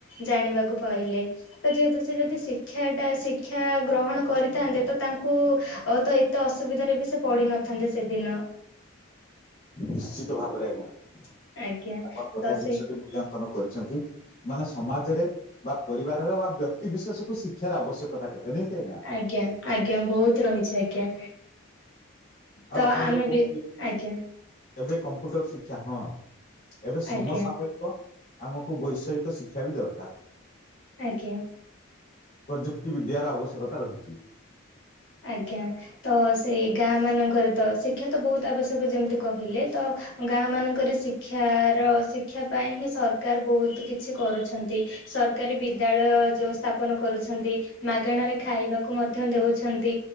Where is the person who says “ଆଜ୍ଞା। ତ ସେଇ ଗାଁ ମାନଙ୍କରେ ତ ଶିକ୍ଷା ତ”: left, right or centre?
Left